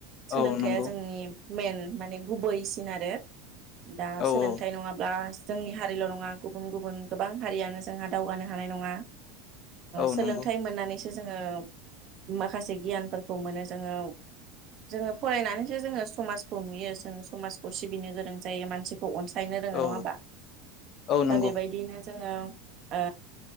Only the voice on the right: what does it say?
सोलोंथाइया
जोंनि मेन माने गुबैसिन आरो दा
सोलों
नङाब्ला जोंनि हारिल नङा गुबुन गुबुन गोबां हारियानो जोंहा दावगानो हानाय नङा
सोलोंथाइ
मोननानै जोङो माखासे गियानफोरखौ मोनो जोङो जोङो फरायनानैसो जोङो समाजखौ नुयो जों समाजखौ सिबिनो गोरों जायो मानसिखौ गायनो रोङो नङा
होमबा
दा बेबायदिनो जोङो ओ